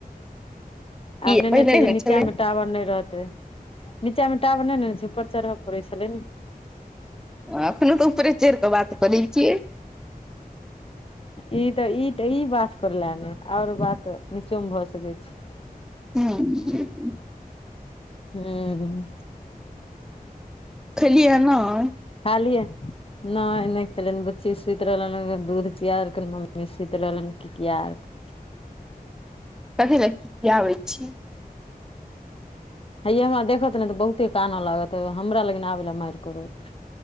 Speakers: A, in the centre; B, on the left.
A: कि
B: आब नैय
A: पहिले
B: ना छै जे
A: होइ
B: निचा
A: छलै
B: में टावर नै रहतै। निचा मे टावर नैय ने रैछै, ऊपर चरहऽ पड़ै छलै ने।
A: अखनो तऽ ऊपरे चहिर कऽ बात करै छियै।
B: इ तऽ-इ तऽ-इ बात करैला ने, और बात निचो में भऽ सकै छै।
A: हूम्म।
B: हूम्म।
A: खेलियै ह नैय?
B: खा लिअ नै -नै खेलनि बुच्ची सुइत रहलनि दूध पिया औरक मम्मी सुइत रहलनि किकिया क
A: कथी ले किकियाबै छियै
B: हैये हमरा देखत ने तऽ बहुते काना लागत हमरा लैगि आबै लए मारि करत